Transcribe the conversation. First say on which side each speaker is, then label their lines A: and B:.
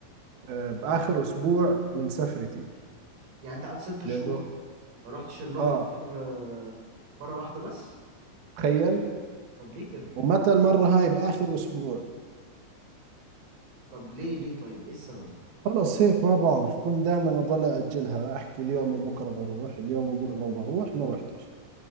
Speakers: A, on the right; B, on the right.
A: آه، بآخر أسبوع من سفرتي
B: يعني انت قعدت ست شهور
A: لأنه
B: ما رحتش اللوفر
A: آه
B: غير آه، مرة واحدة بس
A: تخيل
B: طب ليه كده
A: ومتى المرة هاي بآخر أسبوع
B: طب ليه ليه طيب ايه السبب
A: خلص هيك ما بعرف كنت دائما أضل أجلها أحكي اليوم وبكرة بروح اليوم وبكرة بروح ما رحتش